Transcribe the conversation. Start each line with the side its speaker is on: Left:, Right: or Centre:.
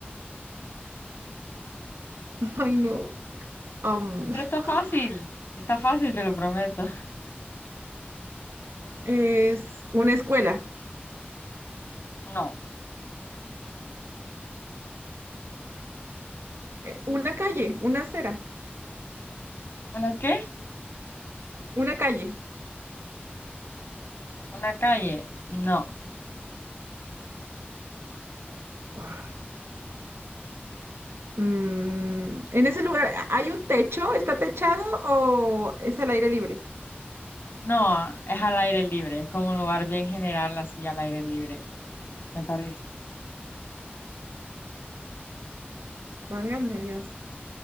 Right: <laughs> Ay, no. Am,
Left: Pero está fácil,
Right: <laughs>
Left: está fácil, te lo prometo.
Right: es una escuela.
Left: No.
Right: eh, una calle, una acera.
Left: ¿Una qué?
Right: Una calle.
Left: ¿Una calle? No.
Right: No. Mm, en ese lugar, ¿hay un techo? ¿Está techado o es al aire libre?
Left: No, es al aire libre, es como un lugar bien general, así al aire libre, me parece.
Right: Válgame Dios.